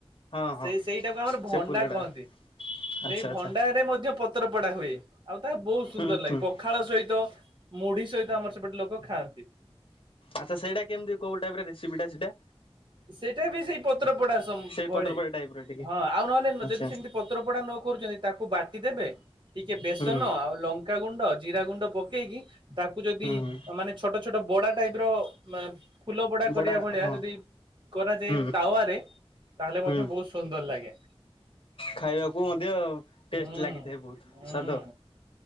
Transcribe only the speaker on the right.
ସେଇ ସେଇଟାକୁ ଆମର ଭଣ୍ଡା
କହନ୍ତି।
ସେଇ ଭଣ୍ଡାରେ
ମଧ୍ୟ ପତ୍ର ପଡା ହୁଏ ଆଉ ତାହା ବହୁତ ସୁନ୍ଦର
ଲାଗେ।
ପଖାଳ ସହିତ ମୁଢି ସହିତ ଆମର ସେପଟେ ଲୋକ ଖାଆନ୍ତି।
ସେଇଟା ବି ସେଇ ପତ୍ରପୋଡା ଭଳି
ହଁ ଆଉ ନହେଲେ
ଯଦି ସେମିତି ପତ୍ରପୋଡା ନ କରୁଛନ୍ତି। ତାକୁ ବାଟି ଦେବେ ଟିକେ ବେସନ
ଆଉ ଲଙ୍କାଗୁଣ୍ଡ ଜିରା ଗୁଣ୍ଡ ପକେଇକି। ତାକୁ ଯଦି
ମାନେ ଛୋଟ ଛୋଟ ବଡା ଟାଇପର ଫୁଲ ବଡା
କରିବା ଭଳିଆ
ଯଦି। କରାଯାଏ
ତାୱାରେ ତାହେଲେ
ମଧ୍ୟ ବହୁତ ସୁନ୍ଦର ଲାଗେ।
ହୁଁ।
ହୁଁ